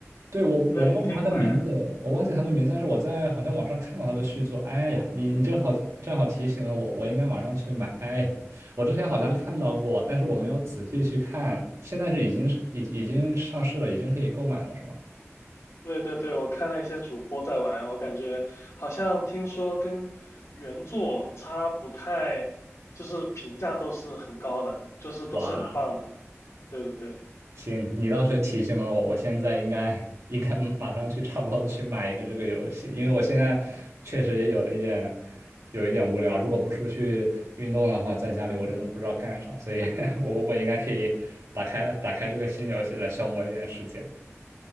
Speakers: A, on the right (about 75°); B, on the left (about 80°).
A: 对，我我忘记他的名字，
B: 对，你可以买啊。
A: 我忘记他的名字，但是我在好像网上看到他的续作。哎呀，你你正好正好提醒了我，我应该马上去买。哎呀，我之前好像看到过，但是我没有仔细去看。现在是已经是已已经上市了，已经可以购买了，是吗？
B: 对对对，我看了一些主播在玩，我感觉好像听说跟原作差不太，就是评价都是很高的，就是都是很棒的。
A: 哇，
B: 对对对。
A: 行，你倒是提醒了我，我现在应该应该马上去差不多去买一个这个游戏，因为我现在确实也有一点有一点无聊，如果不出去运动的话，在家里我真的不知道干啥，所以 <laughs> 我我应该可以打开打开这个新游戏来消磨一点时间。